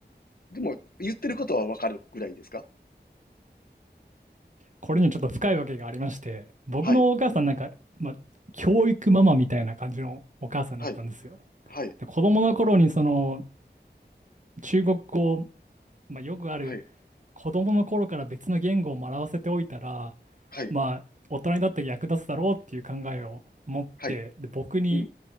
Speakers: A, on the left; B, on the right.
A: でも、言ってることはわかるぐらいですか
B: これにちょっと深いわけがありまして、僕のお母さんなんか、
A: はい、
B: まあ、教育ママみたいな感じのお母さんだったんですよ。
A: はい、はい、
B: で、子供の頃にその中国語、まあ、よくある
A: はい、
B: 子供の頃から別の言語を学ばせておいたら、
A: はい、
B: まあ、大人になって役立つだろうっていう考えを持って、
A: はい、
B: で、僕に
A: うん、